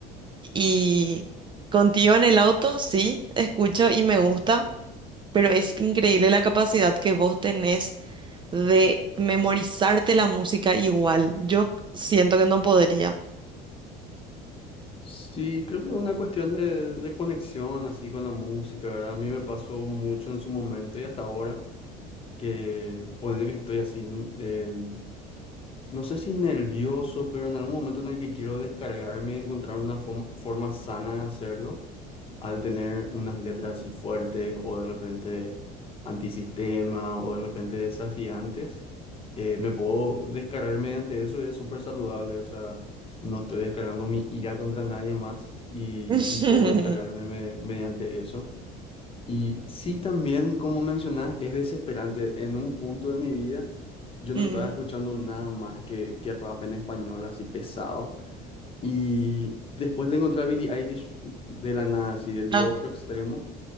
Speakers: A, on the right; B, on the left.
A: Y contigo en el auto, sí, escucho y me gusta, pero es increíble la capacidad que vos tenés de memorizarte la música igual. Yo siento que no podría.
B: Sí, creo que es una cuestión de, de conexión así con la música, ¿verdad? A mí me pasó mucho en su momento y hasta ahora que ponerle que estoy así, eh, no sé si nervioso, pero en algún momento en el que quiero descargarme y encontrar una forma, forma sana de hacerlo, al tener unas letras así fuertes o de repente antisistema o de repente desafiantes, eh, me puedo descargar mediante eso y es súper saludable. O sea, no estoy descargando mi ira contra nadie más y,
A: <laughs>
B: y puedo descargarme me- mediante eso. Y sí, también, como mencionás, es desesperante. En un punto de mi vida, yo
A: Mm,
B: no estaba escuchando nada más que, que rap en español así pesado. Y después le encontré a Billie Eilish de la nada, así del
A: ah,
B: otro extremo,